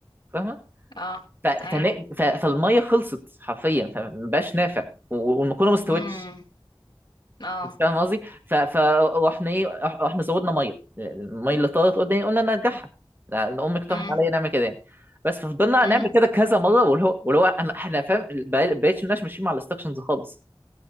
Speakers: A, on the right (about 20°); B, on the left (about 60°).
A: فاهمه
B: اه
A: ف- فن-
B: اي
A: ف- فالميه خلصت حرفيا فمبقاش نافع و- والمكرونه ما استوتش
B: امم اه
A: بس فاهم قصدي ف... ف... واحنا ايه واحنا زودنا ميه الميه اللي طارت قدامي قلنا نرجعها لان امي اقترحت
B: امم
A: عليا نعمل كده يعني بس ففضلنا
B: امم
A: نعمل كده كذا مره واللي هو واللي هو انا احنا فاهم بقى- بقيتش الناس ماشيين مع الانستكشنز خالص